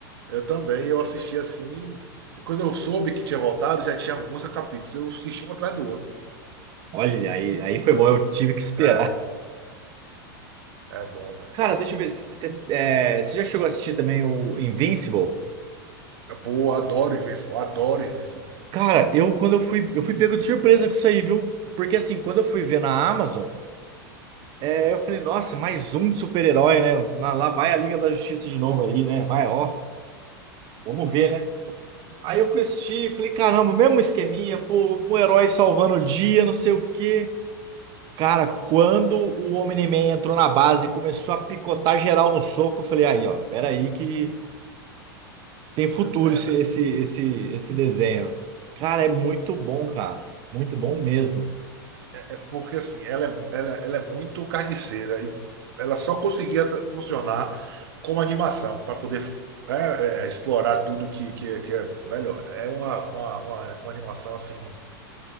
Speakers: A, on the right; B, on the right.
A: Eu também, eu assisti assim. Quando eu soube que tinha voltado, já tinha alguns capítulos. Eu assisti um atrás do outro.
B: Olha, aí, aí foi bom. Eu tive que esperar.
A: É, é bom, né?
B: Cara, deixa eu ver. Você é, já chegou a assistir também o Invincible?
A: Eu, Pô, eu adoro Invincible, adoro Invincible.
B: Cara, eu quando eu fui, eu fui pego de surpresa com isso aí, viu? Porque assim, quando eu fui ver na Amazon, é, eu falei, nossa, mais um de super-herói, né? Lá lá vai a Liga da Justiça de novo aí, né? Vai, ó. Vamos ver, né? Aí eu fui assistir, falei, caramba, mesmo esqueminha, pô, um herói salvando o dia, não sei o quê. Cara, quando o Omni-Man entrou na base e começou a picotar geral no soco, eu falei, aí, ó, peraí que tem futuro
A: É,
B: esse,
A: é,
B: esse, esse, esse desenho. Cara, é muito bom, cara. Muito bom mesmo.
A: é é porque assim, ela é, ela, ela é muito carniceira e ela só conseguia tra- funcionar como animação para poder né, é, explorar tudo que, que, que é. Velho, é uma, uma, uma, uma animação assim.